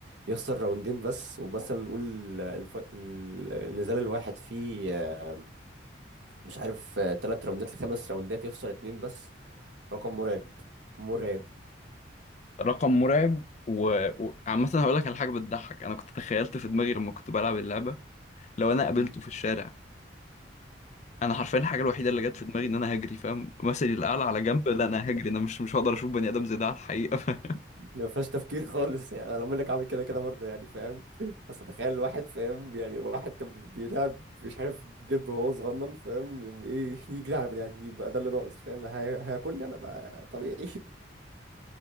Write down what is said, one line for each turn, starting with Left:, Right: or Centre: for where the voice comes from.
Right: يخسر راوندين بس ومثلا نقول الف... النزال الواحد فيه آه، مش عارف آه، تلات راوندات لخمس راوندات يخسر اتنين بس رقم مرعب مرعب
Left: رقم مرعب و- وعامة هقول لك على حاجة بتضحك أنا كنت تخيلت في دماغي لما كنت بلعب اللعبة لو أنا قابلته
Right: مم.
Left: في الشارع انا حرفيا الحاجه الوحيده
Right: <laughs>
Left: اللي جت في دماغي ان انا هجري فاهم مثلي الاعلى على جنب لا انا هجري انا مش مش هقدر اشوف بني ادم زي ده على الحقيقه
Right: ما فيهاش تفكير خالص يعني انا لما لك عامل كده كده برضه يعني فاهم اصل تخيل واحد فاهم يعني واحد كان بيلعب مش عارف دب وهو صغنن فاهم يوم ايه <laughs> يجري على بني ادمين بقى ده اللي ناقص فاهم هي- هياكلني انا بقى طبيعي <laughs>